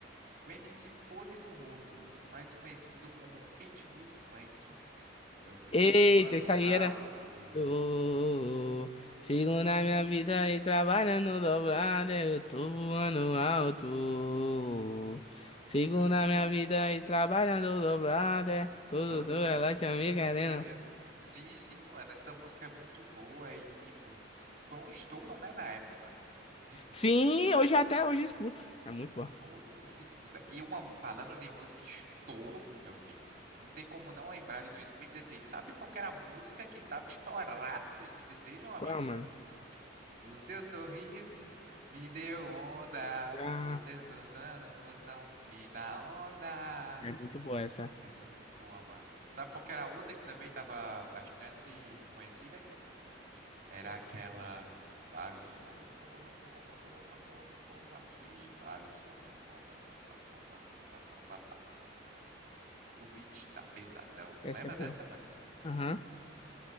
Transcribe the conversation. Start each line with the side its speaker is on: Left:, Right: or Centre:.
Right: o MC Pose do Rodo, mais conhecido como Pitbull do Funk. Eu tô
Left: Eita,
Right: voando
Left: isso aí
Right: alto.
Left: era. Tô, sigo na minha vida e trabalhando dobrado, eu tô voando alto. Sigo na minha vida e trabalhando dobrado, é tudo,
Right: Todo
Left: tudo, ela
Right: dia
Left: te me
Right: eu não
Left: querendo.
Right: me querendo Sim, sim, mano. Essa música é muito boa e, tipo, foi um estouro, né, na época. Tipo,
Left: Sim,
Right: to-
Left: hoje até hoje escuto. É muito boa.
Right: todo mundo escuta. E uma, falando de música, estouro, meu filho. Não tem como não lembrar de 2016. Sabe qual que era a música que tava estourada em 2016, meu amigo?
Left: Qual, mano?
Right: O seu sorriso me deu onda.
Left: Ah,
Right: Você cantando, mozão, me dá onda.
Left: é muito boa essa.
Right: Essa é muito boa, mano. Sabe qual que era a outra que também tava bastante conhecida? Era aquela vários homens, bomba, bomba, bomba, bomba, bomba aqui, vários homens, lomba, lomba, lomba, lomba, lomba lá. O beat tá pesadão.
Left: Essa
Right: Lembra
Left: é boa.
Right: dessa, mano?
Left: Aham.